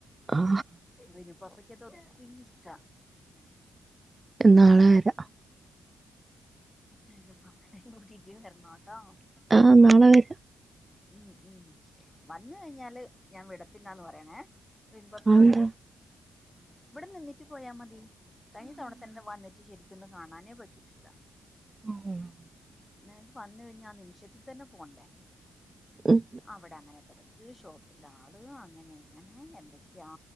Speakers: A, on the right; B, on the left.
A: ആ
B: റിനുപ്പാപ്പക്ക് അത് ഒത്തിരി ഇഷ്ടാ
A: നാളെ വരാ
B: റിനുപാപ്പെനേം കൂട്ടി <unintelligible> വര്ണോട്ടോ
A: ആ നാളെ വരാ
B: ഉം ഉം വന്ന് കഴിഞ്ഞാല് ഞാൻ വിടത്തില്ലാന്ന് പറയണേ വീൻപപ്പയോട്
A: അതെന്താ
B: ഇവടെ നിന്നിട്ട് പോയാ മ കഴിഞ്ഞ തവണ തന്നെ വന്നിട്ട് ശരിക്കൊന്നും കാണാനേ പറ്റിട്ടില്ല
A: <unintelligible>
B: നിനക്ക് വന്ന് കഴിഞ്ഞാ ആ നിമിഷത്തിൽ തന്നെ പോണ്ടേ
A: ഉം
B: അവിടെ അങ്ങനെ തര ഈ ഷോപ്പിലാള് അങ്ങനെ ഇങ്ങനെ എന്തൊക്കെയാ